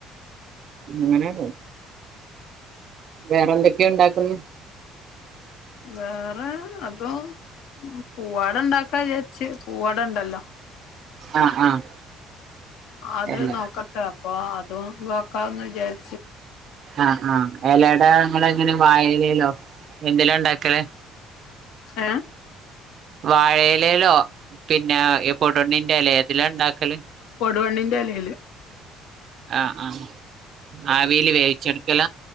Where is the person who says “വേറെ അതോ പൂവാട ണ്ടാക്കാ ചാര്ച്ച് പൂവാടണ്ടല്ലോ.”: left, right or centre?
Left